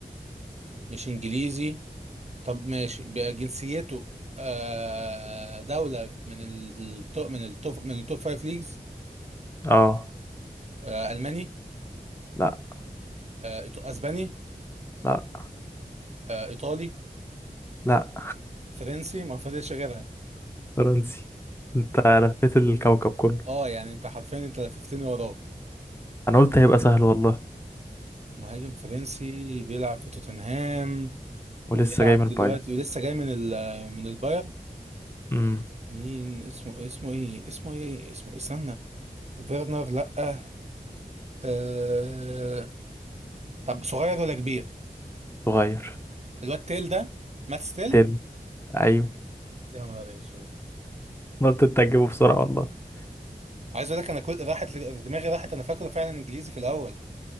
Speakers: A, on the right; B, on the left.
A: مش انجليزي طب ماشي بقى جنسيته آه دولة من التوب من التوب من التوب فايف ليجز
B: اه
A: آه الماني
B: لا
A: آه إيط- اسباني
B: لا
A: آه ايطالي
B: لا
A: فرنسي ما فضلش غيرها
B: فرنسي انت لفيت الكوكب كله
A: اه يعني انت حرفيا انت لففتني وراك
B: انا قلت هيبقى سهل والله
A: مهاجم فرنسي بيلعب في توتنهام
B: ولسه
A: وبيلعب
B: جاي من البايو
A: دلوقتي ولسه جاي من ال- من البايرن
B: امم
A: مين اسمه اسمه ايه اسمه ايه اسمه ايه؟ استنى فيرنر لأ آه... طب صغير ولا كبير
B: صغير
A: الواد تيل ده مات ستيل
B: تل ايوه
A: يا نهار اسود
B: أنا قلت انت هتجيبه بسرعه والله
A: عايز اقول لك انا كل راحت دماغي راحت انا فاكره فعلا انجليزي في الاول